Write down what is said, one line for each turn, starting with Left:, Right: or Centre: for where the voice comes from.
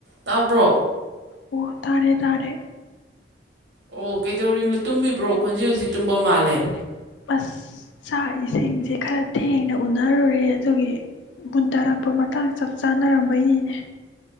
Right: ꯇꯥꯕ꯭ꯔꯣ?
Left: ꯑꯣ ꯇꯥꯔꯦ - ꯇꯥꯔꯦ꯫
Right: ꯑꯣ ꯀꯩꯗꯧꯔꯤꯅꯣ ꯇꯨꯝꯃꯤꯕ꯭ꯔꯣ
Left: <unintelligible>
Right: ꯈꯣꯟꯖꯦꯜꯁꯤ ꯇꯨꯝꯕ ꯃꯥꯜꯂꯦ
Left: ꯑꯁ ꯆꯥꯛ ꯏꯁꯤꯡꯁꯦ ꯈꯔ ꯊꯦꯡꯅ ꯎꯅꯔꯨꯔꯦ ꯑꯗꯨꯒꯤ ꯃꯨꯟ ꯗꯔꯛꯄ ꯃꯇꯥꯡ ꯆꯞ ꯆꯥꯅꯔꯝꯕꯩꯅꯤꯅꯦ꯫